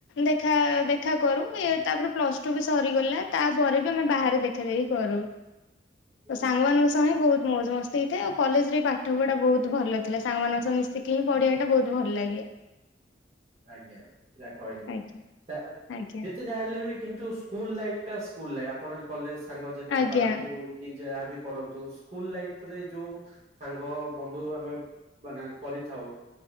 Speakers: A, on the left; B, on the right.
A: ଦେଖା ଦେଖା କରୁ ଇଏ ତାପରେ ପ୍ଲସ୍ ଟୁ ବି ସରିଗଲା ତାପରେ ବି ଆମେ ବାହାରେ ଦେଖା ଦେଖି କରୁ।
B: ହୁଁ,
A: ଓ ସାଙ୍ଗମାନଙ୍କ ସହ ହିଁ ବହୁତ ମଉଜ ମସ୍ତି ହେଇଥାଏ ଆଉ କଲେଜରେ ପାଠ ପଢା ବହୁତ ଭଲ ଥିଲା ସାଙ୍ଗମାନଙ୍କ ସହ ମିଶିକି ହିଁ ପଢିବା ଟା ବହୁତ ଭଲ ଲାଗେ।
B: ଆଜ୍ଞା ଯାହା କହିଲେ
A: ଆଜ୍ଞା
B: ତା
A: ଆଜ୍ଞା।
B: ଯେତେ ଯାହା ହେଲେ ବି କିନ୍ତୁ ସ୍କୁଲ ଲାଇଫ ଟା ସ୍କୁଲ ଲାଇଫ ଆପଣ କଲେଜ ସାଙ୍ଗ ଯେତେ
A: ଆଜ୍ଞା
B: ପାଆନ୍ତୁ କି ଯାହାବି କରନ୍ତୁ ସ୍କୁଲ ଲାଇଫ ରେ ଯୋଉ ସାଙ୍ଗ ବନ୍ଧୁ ଆମେ ମାନେ କରିଥାଉ